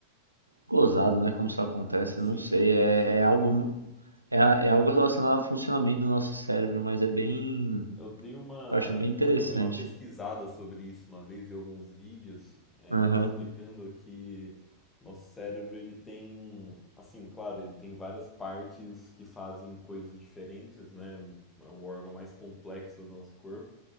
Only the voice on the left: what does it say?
Sim,
eu
acho,
Eu dei uma,
eu dei uma pesquisada sobre isso uma vez em alguns vídeos, é,
de pessoas explicando que nosso cérebro ele tem, assim, claro, ele tem várias partes que fazem coisas diferentes, né? É um órgão mais complexo do nosso corpo